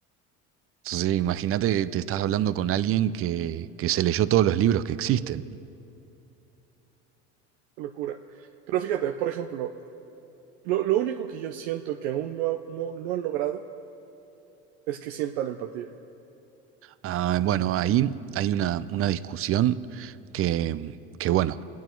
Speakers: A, on the right; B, on the right.
A: Entonces, imagínate,
B: Oh,
A: te estás hablando con alguien que, que se leyó todos los libros que existen.
B: qué locura. Pero fíjate, por ejemplo, lo, lo único que yo siento que aún no, ha- no, no han logrado es que sientan empatía.
A: Ah, bueno, ahí hay una, una discusión que, que, bueno.